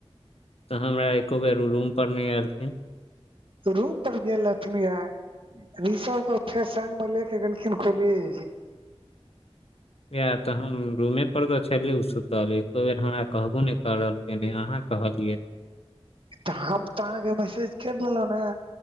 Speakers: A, on the left (about 70°); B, on the right (about 55°).
A: तऽ हमरा एको बेर रूम पर नहि एलखिन।
B: रूम पर गेल रहथिन ये रिषभ के फेर संग मे ले के गेलखिन कॉलेज।
A: इएह तऽ हम रूमेपर तऽ छलै ओ सुतल एको बेर हमरा कहबो नहि करऽलखिन अहाँ कहलियै।
B: तऽ हम तऽ अहाँके मैसेज कऽ देलहुं नऽ